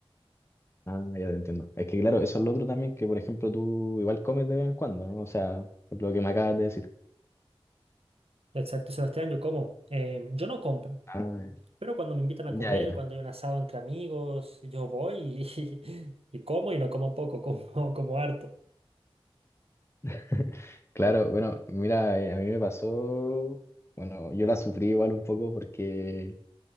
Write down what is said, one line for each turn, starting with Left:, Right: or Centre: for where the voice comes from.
Left: Ah, ya te entiendo. Es que claro, eso es lo otro también, que por ejemplo tú igual comes de vez en cuando, ¿no? O sea, por lo que me acabas de decir.
Right: Exacto, Sebastián, yo como. Eh, yo no compro,
Left: Ah,
Right: pero cuando me invitan a
Left: ya,
Right: comer,
Left: ya.
Right: cuando hay un asado entre amigos, yo voy y, <laughs> y como y no como poco, como, como harto.
Left: <laughs> Claro, bueno, mira, eh, a mí me pasó. Bueno, yo la sufrí igual un poco porque